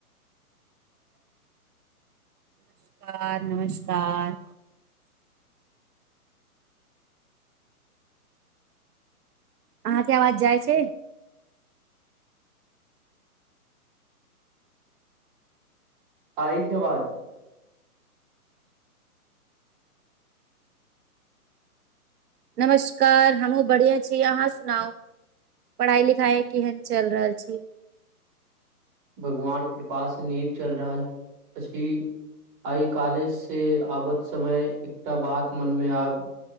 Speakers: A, on the right; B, on the right.
A: नमस्कार! नमस्कार! अहाँके अवाज जाइ छै?
B: आइ छै आवाज।
A: नमस्कार! हमहुँ बढ़िआ छी, अहाँ सुनाउ? 'पढ़ाइ -लिखाइ' केहन चलि रहल छै?
B: भगवान कृपा से, नीक चल रहल अछि। आइ कालेज से आबत समय, एकटा बात मनमे आब